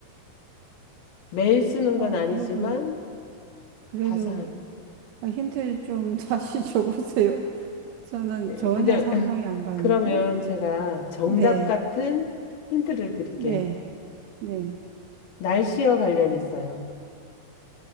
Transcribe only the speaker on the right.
아,
그래도, 그래도,
아, 힌트 좀 <laughs> 다시 줘보세요. 저는
전혀
상상이
안 가는데.
네,
네, 네.